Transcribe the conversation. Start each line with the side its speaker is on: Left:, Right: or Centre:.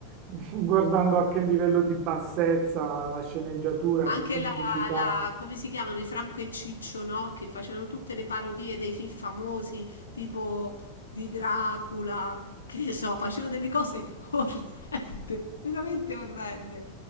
Right: <laughs> guardando a che livello di bassezza la sceneggiatura
Left: Anche
Right: e di semplicità.
Left: la, la- come si chiamano, i Franco e Ciccio, no? Che facevano tutte le parodie dei film famosi, tipo di Dracula, che ne so, facevano delle cose <laughs> orrende, veramente orrende.